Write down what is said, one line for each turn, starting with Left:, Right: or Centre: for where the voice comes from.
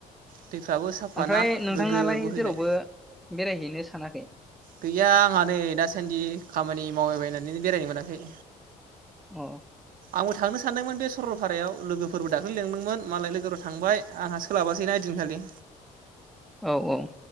Right: दैफ्राबो साफा
Centre: ओमफ्राय
Right: ना
Centre: नोंथाङालाय
Right: गोग्गो बोहैनाय
Centre: जेरावबो बेरायहैनो सानाखै
Right: गैया आंहा नै दासान्दि खामानि मावबायबायनानै बेरायनो मोनाखै।
Centre: औ
Right: आंबो थांनो सानदोंमोन बे सरलपारायाव लोगोफोरबो दाख्लै लेंदोंमोन मालाय लोगोफोर थांबाय आंहा सोलाबासै ना ओइदिनखालि।
Centre: औ औ